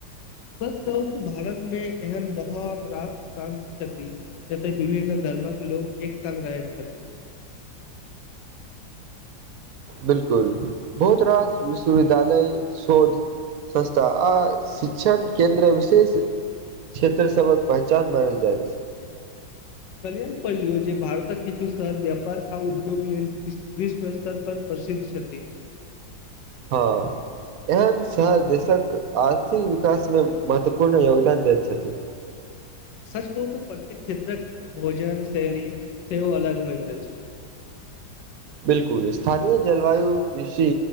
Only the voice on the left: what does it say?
सच कहु त भारत मे एहन बहुत रास स्थान छथि जते विभिन्न धर् र्मक लोक एक संग रहै छथि
कलियम पढ़लियौ जे भारतक किछु शहर व्यापार आ उद्योग लेल वि विश्व स्तर पर प्रसिद्ध छथि
सच कहू त प्रत्येक क्षेत्रक भोजन शैली सेहो अलग होइ अछि <unintelligible>